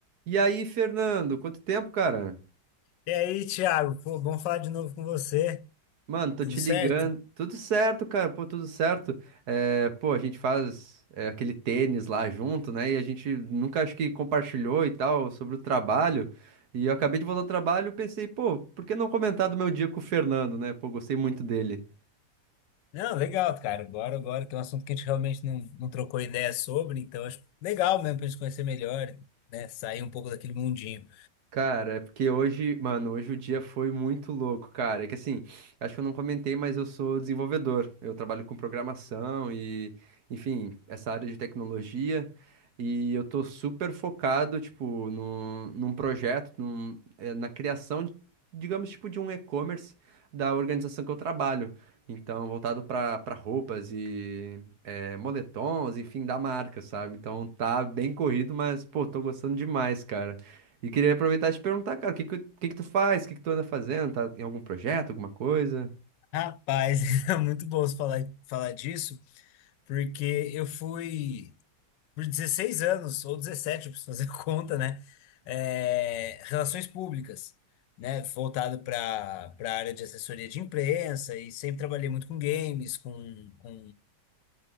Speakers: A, on the right (about 65°); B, on the left (about 85°).
A: E aí, Fernando, quanto tempo, cara?
B: E aí, Thiago, pô, bom falar de novo com você.
A: Mano, tô
B: Tudo
A: te
B: certo?
A: ligando. Tudo certo, cara, pô, tudo certo. É, pô, a gente faz é, aquele tênis lá junto, né? E a gente nunca acho que compartilhou e tal sobre o trabalho. E eu acabei de voltar ao trabalho e pensei, pô, por que não comentar do meu dia com o Fernando, né? Pô, gostei muito dele.
B: Não, legal, cara. Bora, bora, que é um assunto que a gente realmente não, não trocou ideia sobre, então acho legal mesmo pra gente conhecer melhor, né? Sair um pouco daquele mundinho.
A: Cara, é porque hoje, mano, hoje o dia foi muito louco, cara. É que assim, acho que eu não comentei, mas eu sou desenvolvedor. Eu trabalho com programação e, enfim, essa área de tecnologia. E eu tô super focado, tipo, no num projeto, num- é, na criação, digamos, tipo, de um e-commerce da organização que eu trabalho. Então, voltado pra pra roupas e é, moletons, enfim, da marca, sabe? Então tá bem corrido, mas, pô, tô gostando demais, cara. E queria aproveitar e te perguntar, cara, o que que, o que que tu faz? O que que tu anda fazendo? Tá em algum projeto, alguma coisa?
B: Rapaz, <laughs> é muito bom você falar, falar disso, porque eu fui por 16 anos, ou 17, eu preciso fazer <laughs> conta, né? É, relações públicas. Né, voltado para para a área de assessoria de imprensa e sempre trabalhei muito com games, com, com